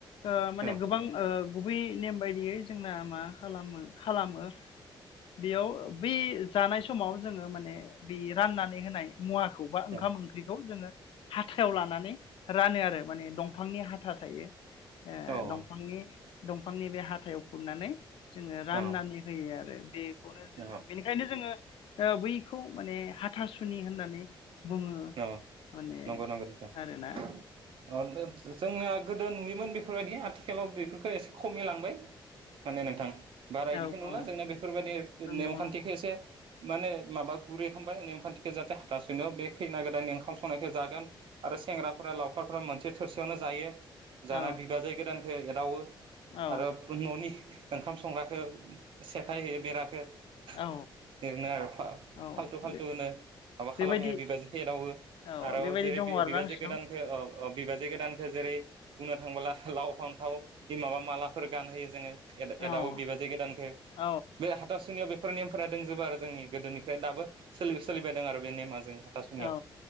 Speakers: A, on the left; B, on the right.
A: ओ माने
B: अ
A: गोबां ओ। गुबै नेम बायदियै जोंना मा खालामो-खालामो। बेयाव बे जानाय समाव जोङो माने बे राननानै होनाय। मुवाखौ बा ओंखाम
B: अ
A: ओंख्रिखौ जोङो हाथायाव लानानै रानो आरो माने दं। दंफांनि हाथा थायो। ओ
B: अ
A: दंफांनि। दंफांनि बे हाथायाव खुरनानै। जोङो राननानै
B: अ
A: होयो आरो। बेयो।
B: अ
A: बेनिखायनो जोङो। औ बैखौ माने हाथासुनि होननानै। बुङो
B: अ
A: माने
B: नंगौ-नंगौ नोंथां।
A: आरोना
B: <unintelligible> जोंनिया गोदो नुयोमोन बेफोरबायदि आथिखालाव बेफोरखौ एसे खमिलांबाय माने नोंथां। बारा इदिखौ
A: औ
B: नुला
A: औ
B: जोंना बेफोरबायदि
A: नंगौ
B: नेमखान्थिखौ
A: नंगौ
B: एसे। माने माबा गुरै खामबाय नेम-खानथिखो जाते हाथासुनियाव बे। खैना गोदाननि ओंखाम संनायखौ जागोन आरो सेंग्राफोरा लावखारफोरा मोनसे थोरसियावनो जायो।
A: औ
B: जाना बिबाजै गोदान। खो एदावो।
A: औ
B: आरो पुनि न'नि। ओंखाम संग्राखो सेफाय हैयो बेराखो। ओरैनो
A: औ
B: आरो
A: औ
B: फाल्थु-फाल्थुनो
A: बे
B: माबा
A: बेबायदि
B: खालामहैयो बिबाजै। एदावो
A: औ
B: आर'
A: बेबायदि
B: जेरै
A: दङ आरोना
B: बिबाजै
A: नोंसिनाव
B: गोदानखो अ। अ बिबाजै गोदानखौ जेरै बुंनो थांबोला लाव-फान्थावनि माबा मालाफोर गानहोयो जोङो। एदाव-एदावो
A: औ
B: बिबाजै गोदानखो
A: औ
B: बे हाथाव सुनियाव बेफो। फोर नेमफोरा दंजोबो आरो जोंनि गोदोनिफ्राय दाबो सोलि- सोलिबायदों आरो बे नेमा जोंहाय। सुनियाव
A: औ